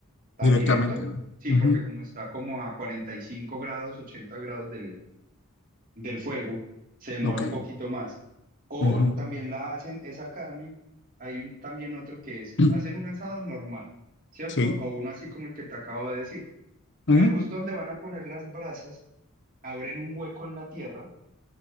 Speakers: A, on the right (about 40°); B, on the left (about 60°).
A: tan
B: Directamente,
A: directo.
B: ¿no?
A: Sí,
B: Ujú.
A: porque como está como a 45 grados, 80 grados del, del fuego, se demora
B: Ok.
A: un poquito más. O
B: Ujú.
A: también la hacen esa carne. Hay un, también otro que es,
B: <clears throat>
A: hacen un asado normal, ¿cierto?
B: Sí.
A: O uno así como el que te acabo de decir.
B: Ujú.
A: Pero justo donde van a poner las brasas, abren un hueco en la tierra